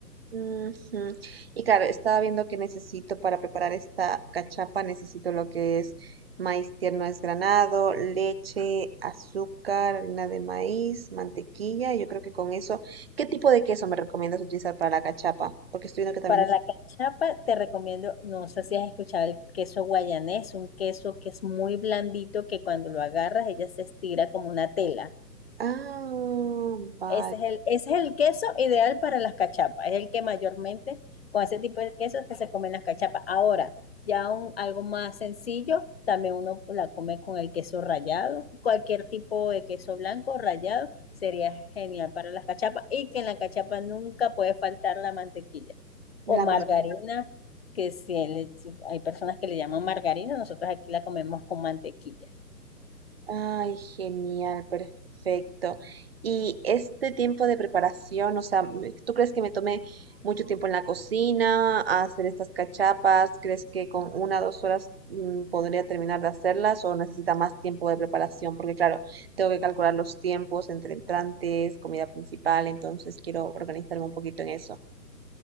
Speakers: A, on the right; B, on the left.
A: Ujú. Y claro, estaba viendo que necesito para preparar esta cachapa, necesito lo que es maíz tierno desgranado, leche, azúcar, harina de maíz, mantequilla. Yo creo que con eso, ¿qué tipo de queso me recomiendas utilizar para la cachapa? Porque estoy viendo que también
B: Para
A: es...
B: la cachapa te recomiendo, no sé si has escuchado el queso guayanés, un queso que es muy blandito que cuando lo agarras ella se estira como una tela.
A: Ah, vale.
B: Ese es el, ese es el queso ideal para las cachapas. Es el que mayormente con ese tipo de quesos que se comen las cachapas. Ahora, ya un, algo más sencillo, también uno la come con el queso rallado. Cualquier tipo de queso blanco rallado sería genial para las cachapas. Y que en la cachapa nunca puede faltar la mantequilla
A: La
B: o margarina, que si le- si hay personas que le llaman margarina, nosotros aquí la comemos con mantequilla.
A: Ay, genial, perfecto. Y este tiempo de preparación, o sea, me- ¿tú crees que me tomé mucho tiempo en la cocina a hacer estas cachapas? ¿Crees que con una o dos horas mm, podría terminar de hacerlas o necesita más tiempo de preparación? Porque claro, tengo que calcular los tiempos entre entrantes, comida principal, entonces quiero organizarme un poquito en eso.